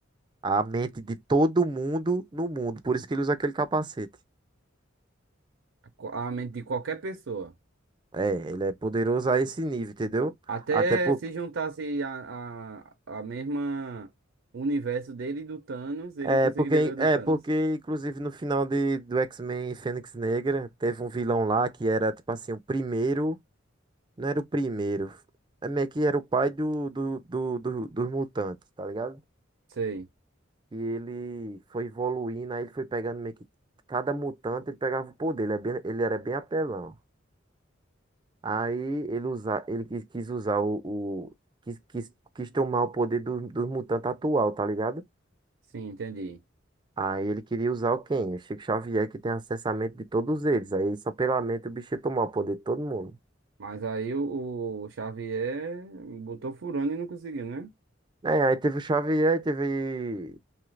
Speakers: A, on the right (about 25°); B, on the right (about 75°).
A: à mente de todo mundo no mundo, por isso que ele usa aquele capacete.
B: A co- a mente de qualquer pessoa.
A: É, ele é poderoso a esse nível, entendeu?
B: Até
A: Até por,
B: se juntasse a, a, a mesma universo dele e do Thanos, ele
A: É
B: conseguiria
A: porque,
B: ler o do
A: é
B: Thanos.
A: porque, inclusive, no final de, do X-Men Fênix Negra, teve um vilão lá que era, tipo assim, o primeiro. Não era o primeiro. É meio que era o pai do, do, do, do- dos mutantes, tá ligado?
B: Sei,
A: E ele foi evoluindo, aí ele foi pegando meio que. Cada mutante ele pegava o poder, ele, é bem- ele era bem apelão. Aí ele, usa, ele quis, quis usar o. o- quis, quis, quis tomar o poder dos dos mutantes atual, tá ligado?
B: sim, entendi.
A: Aí ele queria usar o quem? O Chico Xavier, que tem acesso à mente de todos eles. Aí só pela mente o bicho ia tomar o poder de todo mundo.
B: Mas aí o, o Xavier botou furando e não conseguiu, né?
A: É, aí teve o Xavier, aí teve